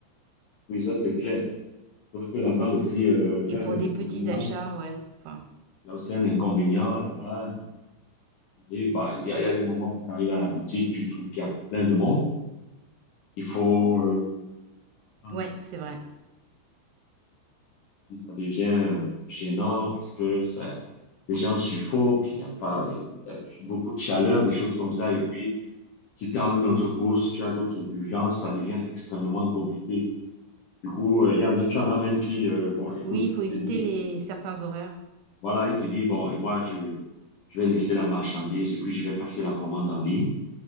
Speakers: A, on the left; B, on the right.
A: Oui, ça, c'est clair. Sauf que là-bas aussi, euh, il y
B: Et
A: a
B: pour
A: un inconvénient.
B: des petits achats, ouais. Enfin,
A: Il y a aussi un inconvénient là-bas. Et bah, il y, a il y a des moments où tu arrives à la boutique, tu trouves qu'il y a plein de monde. Il faut, euh, un
B: ouais,
A: petit-
B: c'est vrai.
A: ça devient euh, gênant parce que ça, les gens suffoquent, il y a pas, il y a, il y a beaucoup de chaleur, des choses comme ça. Et puis, si tu as une autre course, tu as d'autres urgences, ça devient extrêmement compliqué. Du coup, euh, il y en a, tu en as même qui, euh, bon, écoute,
B: Oui, il faut
A: il
B: éviter
A: te dit,
B: les certains horaires.
A: voilà, il te dit, bon, et moi, je, je vais laisser la marchandise et puis je vais passer la commande en ligne.